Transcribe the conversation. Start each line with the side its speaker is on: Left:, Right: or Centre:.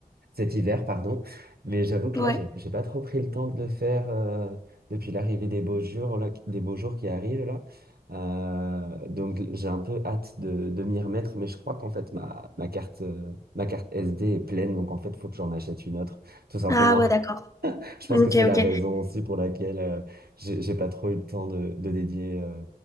Right: Cet hiver, pardon. Mais j'avoue que
Left: Ouais.
Right: là, j'ai j'ai pas trop pris le temps de le faire euh, depuis l'arrivée des beaux jours, là, qui- des beaux jours qui arrivent là. Euh, donc j'ai un peu hâte de, de m'y remettre, mais je crois qu'en fait ma, ma carte euh, ma carte SD est pleine, donc en fait faut que j'en achète une autre, tout simplement.
Left: Ah ouais, d'accord.
Right: <laughs> Je pense
Left: Ok,
Right: que c'est la
Left: ok.
Right: raison aussi pour laquelle euh, j'ai j'ai pas trop eu le temps de, de dédier euh,